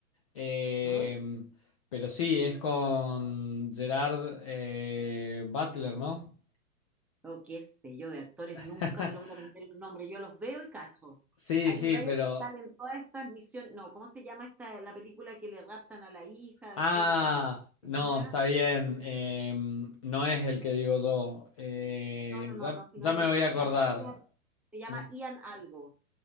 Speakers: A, on the left; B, in the centre.
A: eh,
B: ¿m?
A: pero sí, es con Gerard eh, Butler, ¿no?
B: o qué sé yo, de actores
A: <laughs>
B: nunca me logro aprender los nombres, yo los veo y cacho.
A: Sí,
B: Hay
A: sí,
B: un gallo
A: pero
B: que sale en todas estas misiones, no, ¿cómo se llama esta, la película que le raptan a la hija, después
A: Ah,
B: le raptan a
A: no,
B: la señora?
A: está bien. eh, no es el que digo yo. eh,
B: No, no, no,
A: ya,
B: no, si
A: ya
B: no es
A: me
B: él,
A: voy
B: pero
A: a acordar.
B: se llama Ian, se llama
A: Me-
B: Ian algo,